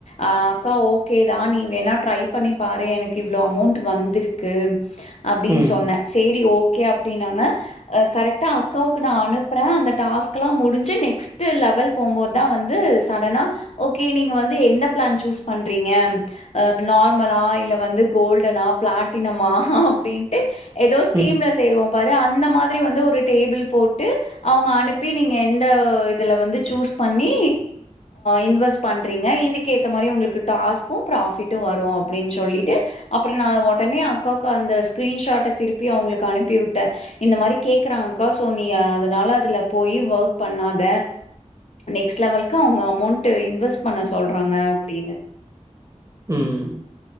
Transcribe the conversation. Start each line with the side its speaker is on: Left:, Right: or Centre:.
Left: அ அக்கா ஓகேதா நீ வேணா ட்ரை பண்ணி பாரு எனக்கு இவ்ளோ அமௌண்ட் வந்திருக்கு அப்டின்னு
Right: ம்
Left: சொன்ன சேரி ஓக் ஓகே அப்டின்னாங்க கரெக்டா அக்காவுக்கு நா அனுப்புறேன் அந்த டாஸ்கல்லாம் முடிஞ்சு நெக்ஸ்ட்டு லெவல் போம்போதுதா வந்து சடனா ஓகே நீங்க வந்து எந்த பிளான் சூஸ் பண்றீங்க ஆ நார்மலா இல்ல வந்து கோல்டனா பிளாட்டினமா அப்டின்ட்டு ஏதோ ஸ்கீம்ல
Right: ம்
Left: சேருவோம் பாரு அந்த மாத்ரி வந்து ஒரு டேபிள் போட் ட்டு அவங்க அனுப்பி நீங்க எந்த இதுல வந்து சூஸ் பண்ணி இன்வெஸ் பண்றீங்க இதுக்கேத்த மாரி உங்களுக்கு டாஸ்கும் பிராஃபிட் உம் வரும் அப்படனு சொல்லிட்டு அப்றம் நா உடனே அக்காவுக்கு அந்த ஸ்கிரீன் ஷாட்ட திருப்பி அவ்ங்களுக்கு அனுப்பி வுட்டேன் இந்த மாரி கேக்குறாங்கா சோ நீ அதனால அதுல போயி வொர்க் பண்ணாத நெக்ட்லெவல்க் கா அவ்ங்க அமௌண்ட்டு இன்வெஸ்ட் பண்ண சொல்றாங்க அப்டின்னு
Right: உம்